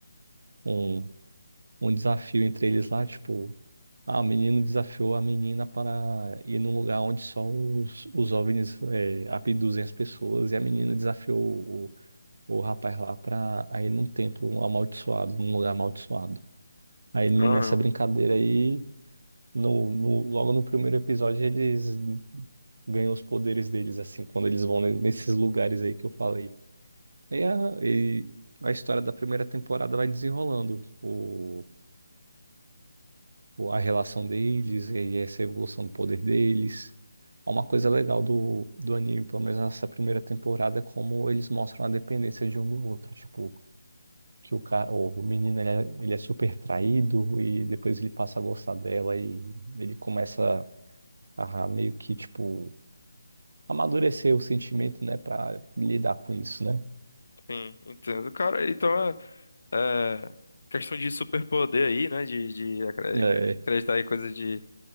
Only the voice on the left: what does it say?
Caramba.
Sim, entendo. Cara, então é, é questão de superpoder aí, né, de, de acre-
acreditar em coisa de